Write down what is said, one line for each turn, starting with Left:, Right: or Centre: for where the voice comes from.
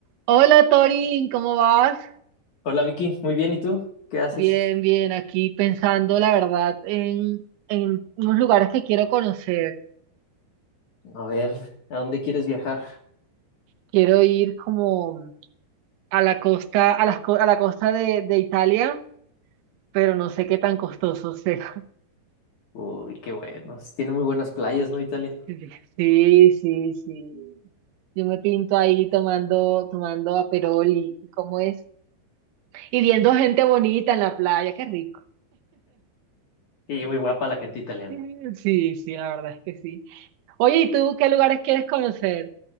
Right: Hola Torin, ¿cómo vas?
Left: Hola Vicky, muy bien, ¿y tú? ¿Qué haces?
Right: Bien, bien, aquí pensando la verdad en, en unos lugares que quiero conocer.
Left: A ver, ¿a dónde quieres viajar?
Right: Quiero ir como a la costa, a las co- a la costa de, de Italia, pero no sé qué tan costoso sea.
Left: Uy, qué bueno. sí Tiene muy buenas playas, ¿no, Italia?
Right: <laughs> Sí, sí, sí. Yo me pinto ahí tomando, tomando aperol y y cómo es. Y viendo gente bonita en la playa, qué rico.
Left: Y muy guapa la gente italiana.
Right: Sí, sí, sí, la verdad es que sí. Oye, ¿y tú qué lugares quieres conocer?